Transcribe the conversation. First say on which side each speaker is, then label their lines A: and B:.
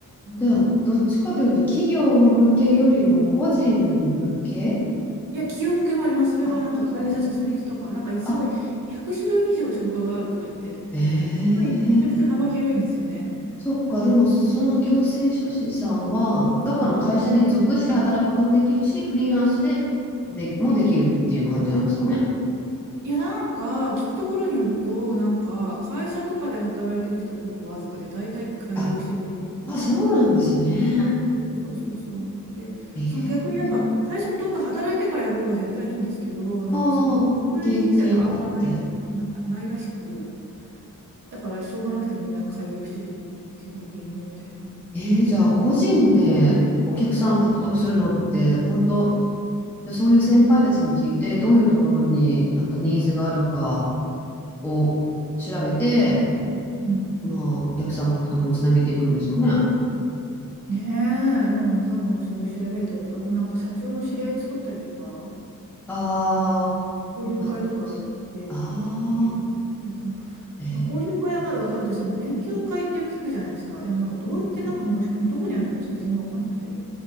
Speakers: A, on the right; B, in the centre.
A: だから、
B: じゃあ、どっちかというと、企業向けよりも個人向け
A: いや、企業向けもあります。それはなんか会社設立とか、
B: あ、企業向け。
A: なんかすごい100種類以上仕事があるとか言って、
B: あ、ええ
A: すごいめちゃくちゃ幅広いんですよね。
B: そっか、
A: だから、
B: でも、
A: う
B: その行政書士さんは、どっかの会社に属して働くこともできるし、
A: ん
B: フリーランスで、でもできるっていう感じなんですかね。
A: いや、なんか聞くところによると、なんか会社とかで働いてる人はごくわずかで、大体開業してるらしいですね
B: あ、あ、そうなんですね。
A: そうそうそうそうそう。で、
B: ええ
A: その逆にやっぱ最初にどっか働いてからやる方が絶対いいんですけど、なんかその休
B: ああ、経験があって。
A: 日自体があんまない、な、ないらしく、だからしょうがなくてみんな会議をしてるっていうのが現状みたいな。
B: ええじゃあ、個人でお客さんを獲得するのって、本当でそういう先輩たちに聞いて、どういうところになんかニーズがあるかを調べて、
A: うん。
B: まあ、お客さん獲得につなげていくんですかね。
A: ねえ、うん、多分そういう調べたりとか、あとなんか社長の知り合い作ったりとか、
B: あ
A: 交流会とか行ってとか言って勉強会とか、
B: ー、なあ
A: でもその、ま
B: ー、え
A: あ、交流会はまだわかるとしても勉強会ってよく聞くじゃないですか。でもなんかどうやってなんか申し込み、
B: ー、うん。
A: どこにあるのかちょっと全然わかんなくて。